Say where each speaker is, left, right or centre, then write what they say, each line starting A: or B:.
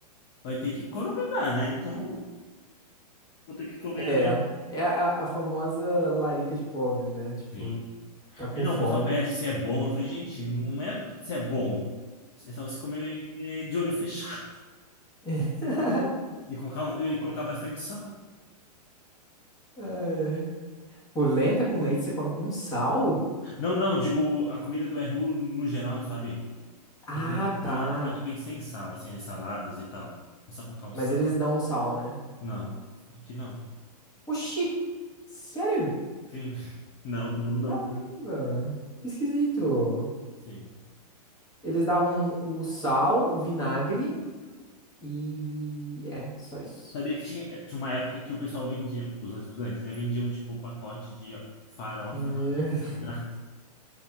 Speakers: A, on the left; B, on the left.
A: vai ter que economizar, né? Então, Vou ter que comer
B: É,
A: no menu.
B: é a, a famosa larica de pobre, né? Tipo,
A: Sim.
B: tá com
A: Aí, não,
B: fome.
A: o pessoal pede se é bom. Eu falei, gente, não é se é bom. É só você comer de olho fechado
B: <laughs>
A: <laughs> e colocar, um- e colocar bastante sal.
B: Ai, ai. Pô, lenta com leite você come com sal?
A: Não, não, eu digo a comida do RU no geral, sabe?
B: Ah,
A: Porque ele
B: tá.
A: é, normalmente vem sem sal, assim, as saladas e tal. É só colocar um
B: Mas
A: sal.
B: eles dão um sal, né?
A: Não, aqui não.
B: Oxi! Sério?
A: Sim, <laughs> não, não dão.
B: Caramba! Que esquisito.
A: Sim.
B: Eles davam o sal, o vinagre e. É, só isso.
A: Sabia que tinha, tinha uma época que o pessoal vendia, os estudantes, né? Vendiam, tipo, pacote de farofa
B: Meu-
A: na
B: <laughs>
A: na entrada.